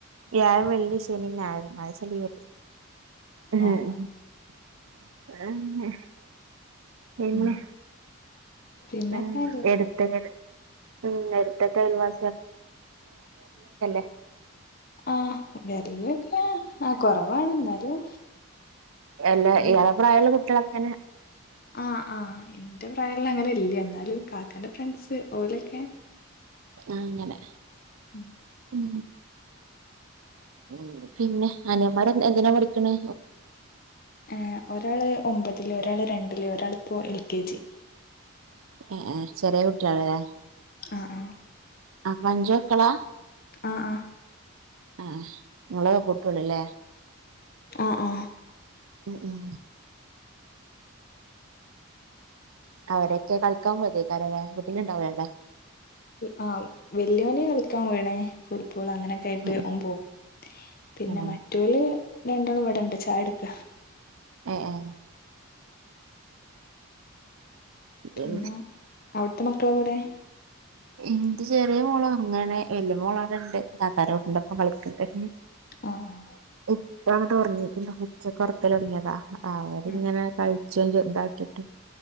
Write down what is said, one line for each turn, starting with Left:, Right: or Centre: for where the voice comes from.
Right: വ്യാഴം, വെള്ളി, ശനി, ഞായർ നാലു ദിവസം ലീവുണ്ട് ഉം
Left: ആഹ്
Right: <unintelligible> പിന്നെ
Left: ഉം പിന്നൊക്കെ
Right: ഉം
Left: അല്ലേ
Right: എടുത്തങ്ങട് ഉം എടുത്തിട്ടയൽ വാ- <unintelligible>
Left: ആ വരലൊക്കെ ആ കുറവാണ് എന്നാലും
Right: എല്ലാ
Left: അങ്ങനെ
Right: ഇയാള പ്രായമുള്ള കുട്ടികളക്കങ്ങനെ
Left: ആഹ് ആഹ് എന്റെ പ്രായമുള്ള അങ്ങനെ ഇല്ലേ എന്നാലും കാക്കാന്റെ ഫ്രണ്ട്സ് ഓലൊക്കെ
Right: ആ അങ്ങനെ
Left: ഉം
Right: ഉം ഉംപിന്നെ അനയന്മാര് എന്തിനാ പഠിക്കണെ
Left: ആ ഒരാള് ഒമ്പതില് ഒരാള് രണ്ടില് ഒരാള് ഇപ്പോ എൽ കെ ജി
Right: ആഹ് ആഹ് ചെറിയ കുട്ടിയാളാ
Left: ആഹ് ആഹ്
Right: ആ അഞ്ച് മക്കളാ
Left: ആ ആ
Right: ആ നിങ്ങള് പെക്കോളുല്ലേ
Left: ആ ആ
Right: ഉം ഉം അവരൊക്കെ കളിക്കാൻ പോയതിക്കാരല്ല വീട്ടില ഉണ്ടാവല്ലോ
Left: ആ വല്യയോനെ കളിക്കാൻ പോയിണേ ഇപ്പോൾ അങ്ങനെയൊക്കെ ആയിട്ട്
Right: ഉം
Left: ഓൻ പോം പിന്നെ
Right: ഉം
Left: മറ്റോല് രണ്ടോളും ഇവിടെണ്ട് <unintelligible> ചായെടിക്ക
Right: ഉം ഉം ഇക്
Left: പിന്നെ അവിടുത്തെ മക്കളെവിടെ
Right: എന്റെ ചെറിയ മോള അങ്ങനെ വലിയ മോളവിടെണ്ട് താത്താരോ കുട്ടികളൊപ്പം കളിക്ക്‌ ഇപ്പഴ്
Left: ആഹ്
Right: ഇപ്പ അങ്ങട്ട് ഉറങ്ങി പിന്ന ഉച്ചക്ക് ഉറക്കൽ തുടങ്ങിയതാ അവരിങ്ങനെ
Left: ആഹ്
Right: കഴിച്ചോ ചോ ഇതാക്കിട്ട്